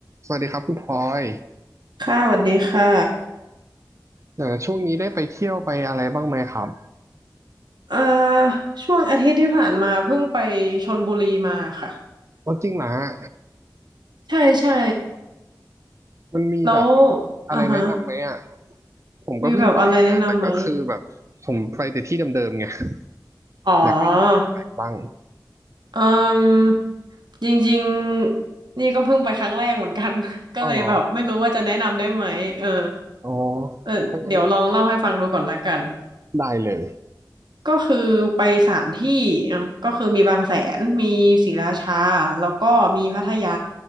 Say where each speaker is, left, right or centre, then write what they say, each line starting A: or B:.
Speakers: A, on the right; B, on the right.
A: สวัสดีครับคุณพลอย
B: ค่ะสวัสดีค่ะ
A: เอ่อช่วงนี้ได้ไปเที่ยวไปอะไรบ้างไหมครับ
B: เอ่อช่วงอาทิตย์ที่ผ่านมาเพิ่งไปชลบุรีมาค่ะ
A: อ๋อจริงเหรอฮะ
B: ใช่ใช่
A: มันมีแบบ
B: แล้ว
A: อะไรแนะนำไหมอ่ะ
B: อ่าฮะ
A: ผมก็เพิ่งไปมาแต่ก็คือแบบผมไปแต่ที่เดิมๆไง
B: มีแบบอะไรแนะนำไหม
A: <laughs>
B: อ๋อ
A: อยากไปบ้าง
B: เอ่มจริงๆนี่ก็เพิ่งไปครั้งแรกเหมือนกัน <laughs> ก็เลยแบบไม่รู้ว่าจะแนะนำได้ไหมเออ
A: อ้าวเหรออ๋อ
B: เออเดี๋ยวลองเล่าให้ฟังดูก่อนละกัน
A: ถ้างั้นได้เลย
B: ก็คือไปสามที่เนาะก็คือมีบางแสน มีศรีราชาแล้วก็มีพัทยา